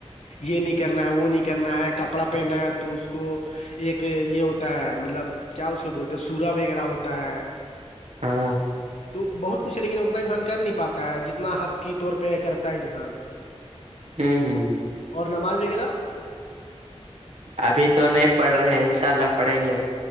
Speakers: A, on the left; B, on the right.
A: یہ نہیں کرنا ہے وہ نہیں کرنا ہے کپڑا پہنا ہے تو اس کو ایک یہ ہوتا ہے مطلب کیا اس کے بولتے سورا وغیرہ ہوتا ہے
B: ہاں
A: تو بہت کچھ ہے لیکن اتنا انسان کر نہیں پاتا ہے جتنا ہ کی طور پہ کرتا ہے انسان
B: ہوں ہوں
A: اور نماز وغیرہ
B: ابھی تو نہیں پڑھ رہے ہیں ان شاء اللہ پڑھیں گے